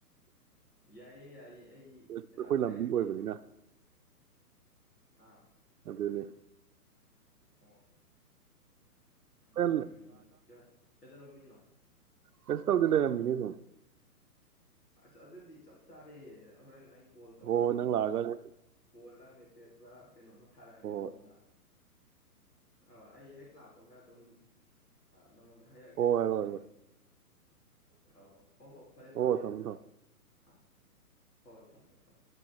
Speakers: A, on the left (about 85°); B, on the right (about 70°).
A: ꯌꯥꯏꯑꯦ ꯌꯥꯏꯌꯦꯦ ꯑꯩ
B: ꯑꯩꯈꯣꯏ ꯂꯝꯕꯤ
A: ꯍꯥꯏꯔꯛꯀꯦ
B: ꯑꯣꯏꯕꯅꯤꯅ
A: ꯑꯥ
B: ꯑꯗꯅꯦ
A: ꯑꯣ ꯎꯝ
B: ꯍꯣꯔꯦꯟ
A: ꯀꯌꯥ ꯀꯩꯗꯔꯣ ꯃꯤꯅꯣ
B: ꯀꯦꯁ ꯇꯧꯗ ꯂꯩꯔꯅꯤ ꯑꯗꯨꯝ
A: ꯑꯁ ꯑꯗꯨꯗꯤ ꯆꯞ ꯆꯥꯔꯦ ꯍꯣꯔꯦꯟ ꯑꯩ ꯀꯣꯜ ꯇꯧꯔꯛꯑꯒꯦ
B: ꯍꯣꯏ ꯍꯣꯏ ꯅꯪ ꯂꯥꯛꯑꯒ
A: ꯀꯣꯜꯂ ꯃꯦꯁꯦꯁ ꯄꯨ ꯀꯩꯅꯣꯝꯃ ꯊꯥꯔꯛꯑꯒꯦ
B: ꯍꯣꯏ
A: ꯅꯉꯣꯟꯗ ꯑ ꯑꯩ ꯍꯦꯛꯒ ꯂꯥꯛ ꯀꯄꯒ ꯑꯗꯨꯝ ꯅꯪꯉꯣꯟꯗ ꯍꯥꯏꯔꯛꯑꯒꯦꯀꯣ
B: ꯍꯣꯏ
A: ꯑꯗꯨꯗꯤ
B: ꯍꯣꯏ ꯍꯣꯏ
A: ꯑ ꯍꯣ ꯍꯣ ꯐꯔꯦ
B: ꯍꯣꯏ
A: ꯐꯔꯦ ꯑꯗꯨꯗꯤ
B: ꯊꯝꯃꯣ ꯊꯝꯃꯣ
A: ꯑꯥ ꯍꯣꯏ ꯊꯝꯃꯦ ꯊꯝꯃꯦ